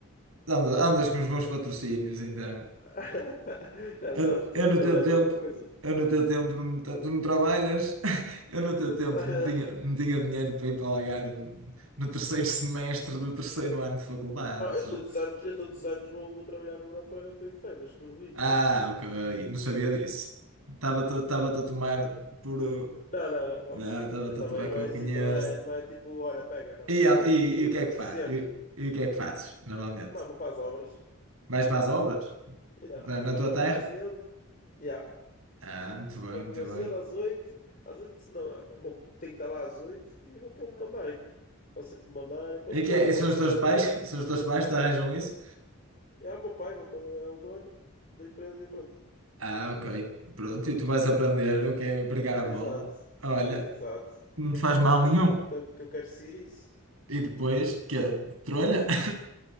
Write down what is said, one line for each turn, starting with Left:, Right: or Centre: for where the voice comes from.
Right: Andas, andas com os bons patrocínios, então.
Left: <laughs> Já
Right: Eu,
Left: sabes, tenho
Right: eu no
Left: que trabalhar
Right: teu tempo,
Left: com alguma coisa.
Right: eu no teu tempo, não, me- tu não trabalhas. <laughs> Eu no teu tempo
Left: <laughs>
Right: não tinha, não tinha dinheiro para ir para Algarve no terceiro semestre do terceiro ano de faculdade.
Left: Ah,
Right: Ou seja,
Left: eu todos os anos, eu todos os anos vou, vou trabalhar no Europa para para ir de férias, com os
Right: Ah, ok. Não sabia disso. Estava-te estava-te a tomar por... uh,
Left: Não, não, não, não.
Right: Não, estava-te
Left: Eu também
Right: a tomar
Left: não
Right: que eu
Left: é assim,
Right: conheço.
Left: também não é, não é tipo, olha, pega, não,
Right: E,
Left: também tenho
Right: e,
Left: que fazer
Right: e o que
Left: por
Right: é
Left: merecer.
Right: que faz? E, e o que é que fazes, normalmente?
Left: mas vou para as obras.
Right: Vais para as obras?
Left: Yeah.
Right: Na na
Left: Acordo
Right: tua
Left: de
Right: terra?
Left: manhã cedo. Yeah.
Right: Ah, muito bem,
Left: Acordo
Right: muito
Left: amanhã
Right: bem.
Left: cedo, às 8, Às 8 não, vou, tenho que estar lá às 8 e vou para me mandarem. Faço o que me mandarem. Pronto,
Right: E, que
Left: sou
Right: é-
Left: o
Right: e
Left: moço
Right: são os teus
Left: dele,
Right: pais?
Left: estás a ver?
Right: <laughs> São os teus pais que te arranjam isso?
Left: E há o meu pai, o meu pai é o dono da empresa e pronto.
Right: Ah, ok. Pronto, e tu vais aprender o que é pregar a
Left: Exato,
Right: mola. Olha,
Left: exato.
Right: não
Left: E tenho
Right: te faz
Left: que aprender
Right: mal nenhum.
Left: bem que eu, então, que eu quero seguir isso.
Right: E depois, quê? Trolha? <laughs>